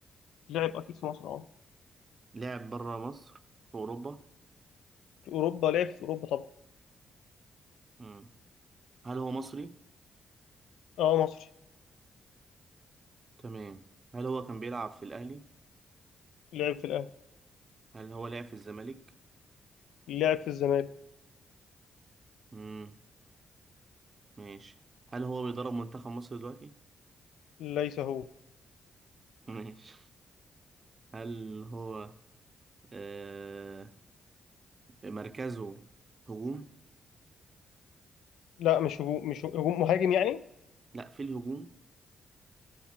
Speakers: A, on the left; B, on the right.
A: لعب أكيد في مصر أه
B: لعب برا مصر في أوروبا
A: في أوروبا لعب في أوروبا طبعا
B: مم. هل هو مصري؟
A: أه مصري
B: تمام هل هو كان بيلعب في الأهلي؟
A: لعب في الأهلي
B: هل هو لعب في الزمالك؟
A: لعب في الزمالك
B: مم. ماشي هل هو بيدرب منتخب مصر دلوقتي؟
A: ليس هو
B: <laughs> ماشي هل هو آه مركزه هجوم
A: لا مش هجوم مش هجوم مهاجم يعني
B: لا في الهجوم